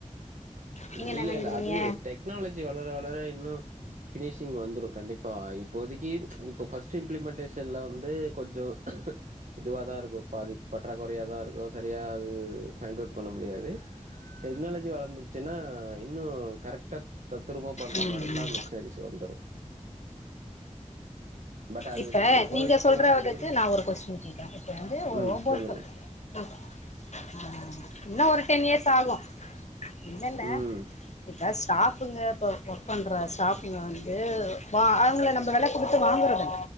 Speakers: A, on the right; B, on the left.
A: ம்
B: நீங்க என்ன
A: இல்ல
B: நெனைக்கிறீங்க
A: இல்ல அது டெக்னாலஜி வளர வளர இன்னு ஃபினிஷிங் வந்துடு கண்டிப்பா இப்போதைக்கி இப்போ ஃபஸ்ட்டு இம்ப்ளிமெண்டடேஷன்ல வந்து கொஞ்சோ இதுவா தா இருக்கு பாதி பற்றாக்குறையா தா இருக்கு சரியா அது ஃபைண்ட் அவ்ட் பண்ண முடியாது டெக்னாலஜி வளந்து சின்னா இன்னு கரெக்டா தத்ரூமா பண்ற
B: ம்
A: மாரில்லா
B: ம்
A: மிஷினரிஸ் வந்துரு பட் அது
B: இப்ப
A: இப்போ
B: நீங்க
A: இப்போ
B: சொல்றத
A: வராது
B: வச்சு நா ஒரு கொஸ்டின் கேக்குற இப்ப வந்து ஒரு
A: ம்
B: ரோபோட்
A: சொல்லுங்க
B: ஓ அ இன்னு ஒரு டென் இயர்ஸ் ஆகு இல்லல்ல
A: ம்
B: இப்ப ஸ்டாஃபுங்க இப்ப ஒர்க் பண்ற ஸ்டாஃபுங்க வந்து வா அவங்கள நம்ப வெல குடுத்து வாங்கறது